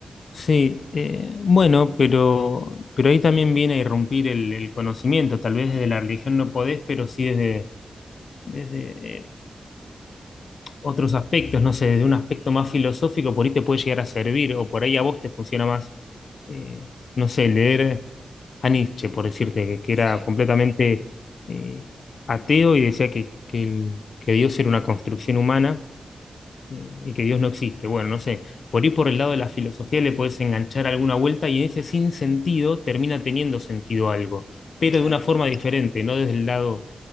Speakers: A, on the left (about 65°); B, on the right (about 35°).
A: Sí, eh, bueno, pero, pero ahí también viene a irrumpir el, el conocimiento. Tal vez desde la religión no podés, pero sí desde, desde eh, otros aspectos, no sé,
B: Ujú,
A: desde un aspecto más filosófico, por ahí te puede llegar a servir, o por ahí a vos te funciona más, eh, no sé, leer a Nietzsche, por decirte, que, que
B: Sí,
A: era completamente eh, ateo y decía que, que el- que Dios era una construcción humana eh, y que Dios no existe. Bueno, no sé, por ahí por el lado de la filosofía le puedes enganchar alguna vuelta y en ese sin sentido termina teniendo sentido algo, pero
B: claro.
A: de una forma diferente, no desde el lado